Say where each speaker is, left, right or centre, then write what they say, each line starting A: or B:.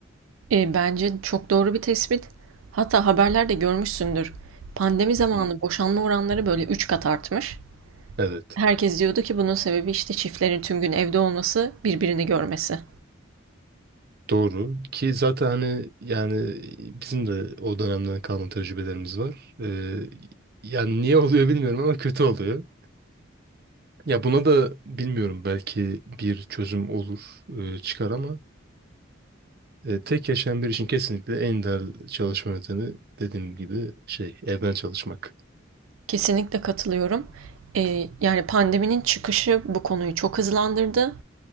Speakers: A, on the right; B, on the right.
A: Eee, bence çok doğru bir tespit. Hatta haberlerde görmüşsündür. Pandemi zamanı
B: Hı.
A: boşanma oranları böyle 3 kat artmış.
B: Evet.
A: Herkes diyordu ki bunun sebebi işte çiftlerin tüm gün evde olması, birbirini görmesi.
B: Doğru. Ki zaten hani yani bizim de o dönemden kalan tecrübelerimiz var. Ee, yani niye oluyor bilmiyorum ama kötü oluyor. Ya buna da bilmiyorum belki bir çözüm olur e, çıkar ama e, tek yaşayan bir için kesinlikle en değerli çalışma yöntemi dediğim gibi şey evden çalışmak.
A: Kesinlikle katılıyorum. Ee, yani pandeminin çıkışı bu konuyu çok hızlandırdı.